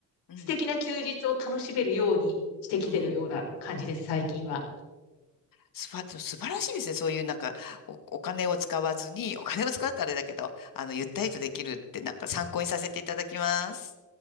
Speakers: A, on the left (about 55°); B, on the left (about 85°).
A: うん。
B: 素敵な休日を楽しめるようにしてきてるような感じです、
A: うん
B: 最近は。
A: すば、素晴らしいですね。そういうなんかお、お金を使わずに、お金を使うとあれだけど、あの、ゆったりとできるってなんか参考にさせていただきます。